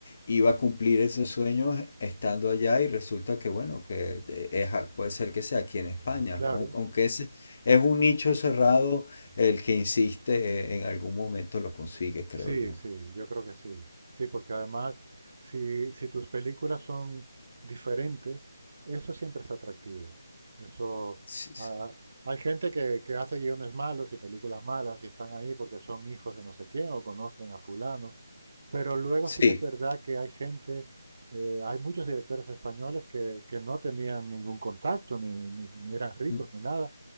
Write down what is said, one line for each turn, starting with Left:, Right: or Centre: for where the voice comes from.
Left: iba a cumplir esos sueños estando allá y resulta que, bueno, que eh, es a- puede ser que sea aquí en España,
Right: Claro.
Left: aun- aunque es, es un nicho cerrado, el que insiste, eh, en algún momento lo consigue, creo
Right: Sí,
Left: yo.
Right: sí, yo creo que sí. Sí, porque además, si, si tus películas son diferentes, eso siempre es atractivo. Eso,
Left: Sí, sí,
Right: ah, hay gente que, que hace guiones malos y películas malas y están ahí porque son hijos de no sé quién o conocen a fulano, pero luego
Left: sí,
Right: sí que es verdad que hay gente, eh, hay muchos directores españoles que, que no tenían ningún contacto, ni, ni, ni eran ricos,
Left: mm,
Right: ni nada,